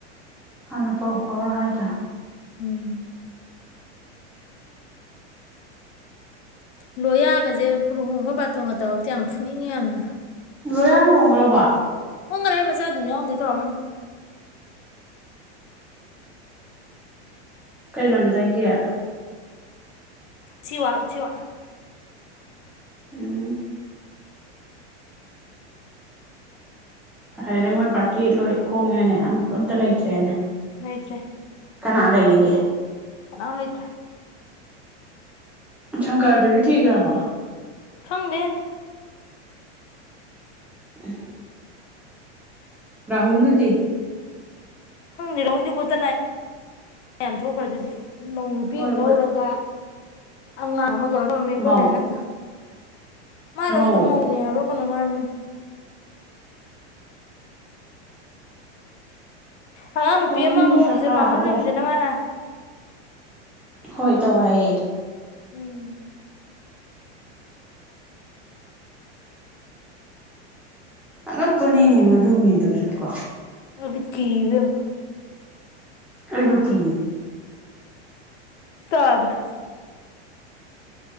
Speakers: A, in the centre; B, on the left.
A: ꯍꯥꯟꯅ ꯄꯥꯎ ꯐꯥꯎꯔ ꯍꯥꯏꯗꯔꯦ
B: ꯎꯝ ꯂꯣꯏꯌꯥꯒꯁꯦ ꯂꯨꯍꯣꯡꯕ ꯕꯥꯇꯣꯟꯒꯇꯥꯎꯁꯦ ꯌꯥꯝ ꯐꯨꯅꯤꯡꯉꯦ ꯌꯥꯝꯅ
A: ꯂꯣꯌꯥ ꯍꯣꯡꯈ꯭ꯔꯕ
B: ꯍꯣꯡꯒꯔꯦ ꯃꯆꯥ ꯑꯗꯨꯝ ꯌꯥꯎꯔꯦ ꯇꯧꯔꯝꯃꯟ
A: ꯀꯩ ꯂꯝꯗꯥꯒꯦ
B: ꯎꯆꯤꯋꯥ ꯎꯆꯤꯋꯥ
A: ꯎꯝ ꯐꯔꯦꯅꯦ ꯃꯣꯏ ꯄꯥꯔꯇꯤ ꯂꯣꯏ ꯍꯣꯡꯉꯦꯅꯦ ꯑ ꯑꯝꯇ ꯂꯩꯇ꯭ꯔꯦꯅꯦ
B: ꯂꯩꯗ꯭ꯔꯦ
A: ꯀꯅꯥ ꯂꯩꯔꯤꯒꯦ
B: ꯀꯅꯥꯝ ꯂꯩꯇ꯭ꯔꯦ
A: ꯁꯪꯀꯔꯗꯨꯗꯤ ꯊꯤꯈ꯭ꯔꯕꯣ
B: ꯈꯪꯗꯦ
A: <inaudible> ꯔꯍꯨꯟꯗꯨꯗꯤ
B: ꯈꯪꯗꯦ ꯔꯍꯨꯜ ꯒꯣꯇꯅ ꯌꯥꯝ ꯊꯣꯛꯈ꯭ꯔ ꯑꯗꯨꯗꯤ ꯃꯧ ꯅꯨꯄꯤ
A: ꯍꯣꯏ
B: ꯑꯃ ꯂꯧꯔꯒ
A: ꯕꯣꯠ
B: ꯑꯉꯥ ꯑꯃ
A: ꯃꯧ
B: <unintelligible> ꯃꯥꯅ ꯑꯩꯗꯣ
A: ꯃꯧ
B: ꯃꯧꯅꯦ ꯍꯥꯏꯕ꯭ꯔꯥ ꯀꯩꯅꯣꯝ ꯍꯥꯏꯕꯅꯤ ꯑꯉꯥꯡ ꯅꯨꯄꯤ
A: ꯇꯧꯅꯤꯅꯦ
B: ꯑꯃꯥ ꯑꯃꯨꯛ
A: ꯁꯛꯇꯥꯗꯣ
B: ꯏꯖꯤꯠ ꯃꯥꯡꯍꯜꯂꯃꯤꯗꯅ
A: ꯌꯥꯔꯦ
B: ꯃꯥꯅꯥ
A: ꯍꯣꯏ ꯇꯧꯋꯦ ꯍꯥꯏꯌꯦ
B: ꯎꯝ
A: ꯑꯉꯥꯛꯄꯅꯤꯅꯦ ꯃꯗꯨ ꯃꯤꯗꯨꯁꯨ ꯀꯣ
B: ꯑꯩꯗꯤ ꯀꯤ ꯏꯕꯦꯝꯃ
A: ꯑꯩꯁꯨ ꯀꯤ
B: ꯇꯥꯕꯗ